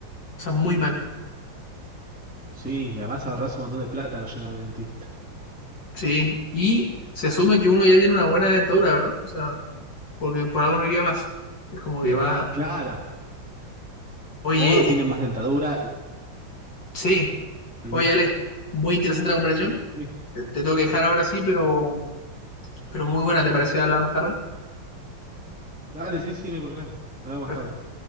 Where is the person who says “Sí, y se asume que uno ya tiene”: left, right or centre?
Left